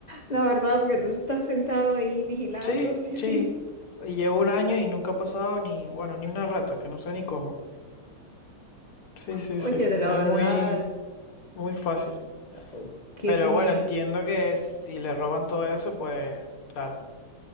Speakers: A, on the left; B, on the left.
A: la verdad, porque tú estás sentado ahí vigilando,
B: Sí,
A: <laughs> sí.
B: sí. Y llevo un año y nunca ha pasado ni, bueno, ni una rata, que no sé ni cómo. Sí, sí,
A: Oye,
B: sí.
A: de la
B: Es
A: verdad,
B: muy, muy fácil.
A: oh, qué
B: Pero
A: genial.
B: bueno, entiendo que si le roban todo eso, pues, claro.